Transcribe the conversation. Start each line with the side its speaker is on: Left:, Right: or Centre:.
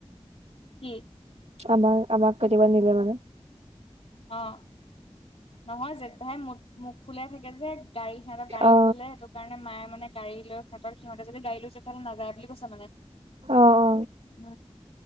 Left: কি?
Right: আমাৰ আমাক কেতিয়াব নিলে মানে।
Left: অঁ নহয় যেঠপেহাই ম মুখ ফুলিয়াই থাকে যে। গাড়ী সিহঁতৰ গাড়ীত
Right: অ
Left: গ'লে সেকাৰণে মায়ে মানে গাড়ী লৈ সিহঁতৰ সিহঁতে যদি গড়ী লৈ তেতিয়াহ'লে নাযায় বুলি কৈ মানে।
Right: অ অ
Left: উম